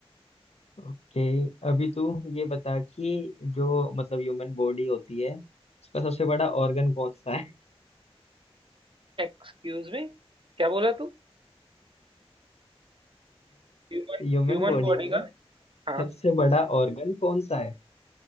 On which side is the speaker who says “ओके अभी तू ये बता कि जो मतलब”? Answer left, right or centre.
Left